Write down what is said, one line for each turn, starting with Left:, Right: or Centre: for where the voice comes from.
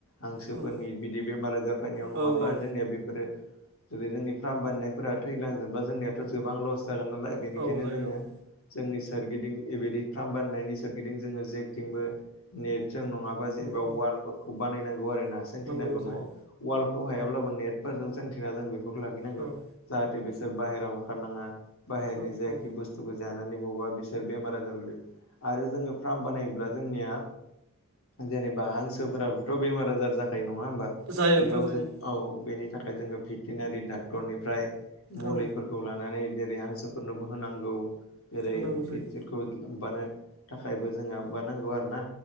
Left: हांसोफोरनि
Right: उम
Left: बिदि बेमार आजार फैनायाव नङाबा
Right: औ औ
Left: जोंनिया बेफोरो जुै जोंनि फार्म बारनायफोरा थैलांजोबा जोंनियाथ' गोबां लस जागोन नालाय बेनिखायनो
Right: औ जायो
Left: जोङो
Right: औ
Left: जोंनि सोरगिदिं बेबायदि फार्म बाननायनि सोरगिदिं जोङो जेथिंबो नेट जों नङाबा जेनेबा
Right: औ औ
Left: वालफोरखौ बानायनांगौ आरो ना सोंख्रिनांगौ
Right: नांगौ जायो
Left: न वालखौ हायाब्लाबो नेट फोरजों सोंथिना जों बेफोरखौ लाखिनांगौ
Right: औ
Left: जाहाथे बिसोर बाहेरायाव ओंखारनाङा बाहेरनिजायाखि
Right: औ औ
Left: बस्थुखौ जा बबेबा बिसोर बे आजार आरो जोङो फार्म बानायोब्ला जोंनिया जेनेबा हांसोफोराबोथ' बेमार-आजार जाखायो नङा होमबा
Right: जायो
Left: बेयाव
Right: नोंथां जायो
Left: जों औ बेनि नि थाखाय जोङो भेटेनारि डाक्टरनिफ्राय मुलिफोरखौ
Right: औ
Left: लानानै जेरै हांसोफोरनोबो होनांगौ जेरै
Right: होनांगौ
Left: बिसोरखौ
Right: जायो
Left: मानो थाखायबो जोंहा मानांगौ आरो ना